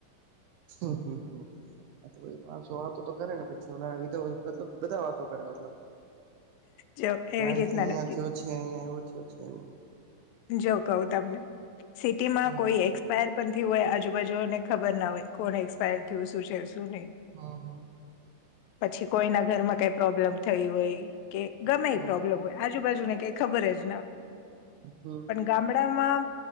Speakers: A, on the right; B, on the left.
A: હમ્મ હમ્મ. તો પાસો વાતો તો કરે ને પછીીધ મતલબ બધા વાતો કરે મતલબ
B: જો
A: ક્યાંય
B: એવી રીતના
A: અહિયાં
B: નથી
A: થયો છે અહિયાં એવું થયયો છે એવું
B: જો કહું તમને સિટીમાં
A: હમ
B: કોઈ એક્સપાયર પણ થયું હોય આજુબાજુને ખબર ના હોય કોણ એક્સપાયર્ડ થયું શું છે શું નહી
A: હા હા.
B: પછી કોઈના ઘરમાં કઈ પ્રોબ્લેમ થય હોય કે ગમે
A: હા
B: એ પ્રોબ્લેમ હોય. આજુબાજુ ને કઈ ખબર જ
A: હમ
B: ગામડા માં